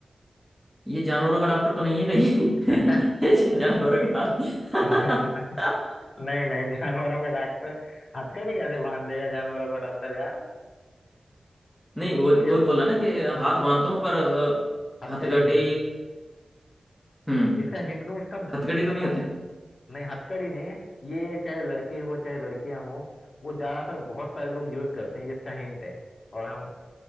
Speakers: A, in the centre; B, on the left.
A: ये जानवरों का डॉक्टर तो नहीं है कहीं
B: <laughs>
A: <laughs> जानवरों के हाथ
B: नहीं
A: <laughs>
B: नहीं नहीं जानवरों का डॉक्टर हथकड़ी कैसे बांध देगा जानवरों का डॉक्टर यार
A: नहीं वो
B: ये
A: वही बोला
B: तो तो
A: ना कि हाथ बांधता हूँ पर अ,
B: हथकड़ी
A: हथकड़ी
B: नहीं
A: हम्म
B: इसका हिंट दूं इसका मतलब
A: हथकड़ी तो नहीं होती ना
B: नहीं हथकड़ी नहीं ये चाहे लड़के हो चाहे लड़कियां हो वो ज्यादातर बहुत सारे लोग यूज करते हैं ये इसका हिंट है और हम